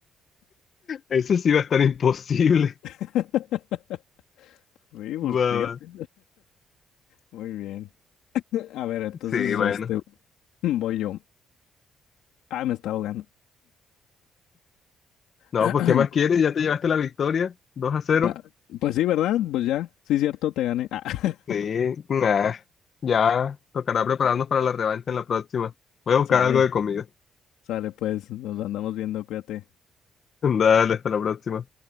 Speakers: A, on the left (about 50°); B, on the left (about 90°).
A: Eso sí va a estar imposible.
B: <laughs> Sí, pues
A: <laughs> Va,
B: fíjate.
A: va.
B: Muy bien. A ver, entonces,
A: Sí, bueno.
B: este, <clears throat> voy yo. Ah, me está ahogando.
A: No,
B: <clears throat>
A: pues ¿qué más quieres? Ya te llevaste la victoria. dos a cero.
B: Ah, Pues sí, ¿verdad? Pues ya, sí, cierto, te gané. Ah. <laughs>
A: Sí, nah, ya tocará prepararnos para la revancha en la próxima. Voy a buscar
B: Sale,
A: algo de comida.
B: sale pues, nos andamos viendo, cuídate.
A: <laughs> Dale, hasta la próxima.